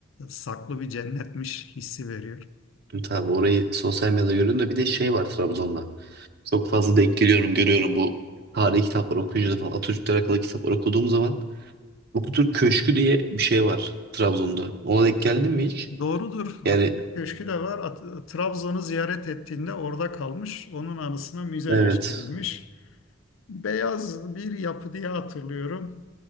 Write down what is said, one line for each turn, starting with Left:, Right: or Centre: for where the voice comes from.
Left: saklı bir cennetmiş hissi veriyor.
Right: Tabii orayı sosyal medyada görüyorum da bir de şey var Trabzon'da. Çok fazla denk geliyorum görüyorum bu tarihi kitapları okuyunca da falan Atatürk'le alakalı kitaplar okuduğum zaman Atatürk Köşkü diye bir şey var Trabzon'da. Ona denk geldin mi hiç?
Left: Doğrudur.
Right: Yani
Left: Atatürk Köşkü de var. At- Trabzon'u ziyaret ettiğinde orada kalmış. Onun anısına müzeleştirilmiş.
Right: evet.
Left: Beyaz bir yapı diye hatırlıyorum.